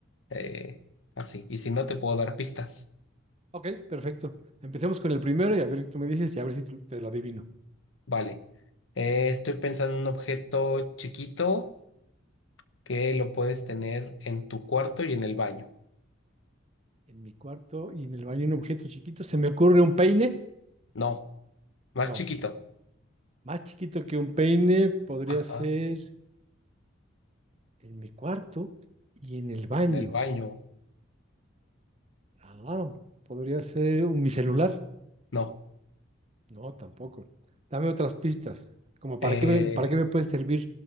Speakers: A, on the left; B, on the right.
A: eh, así. Y si no, te puedo dar pistas.
B: ok, perfecto. Empecemos con el primero y a ver, tú me dices y a ver si tú- te lo adivino.
A: Vale. Eh, estoy pensando en un objeto chiquito que lo puedes tener en tu cuarto y en el baño.
B: En mi cuarto y en el baño hay un objeto chiquito, ¿se me ocurre un peine?
A: No, más
B: No,
A: chiquito.
B: más chiquito que un peine podría
A: Ajá,
B: ser en mi cuarto y en el baño.
A: en el baño.
B: Ah, podría ser un- mi celular.
A: No.
B: No, tampoco. Dame otras pistas. Como para
A: Eh,
B: qué me, para qué me puede servir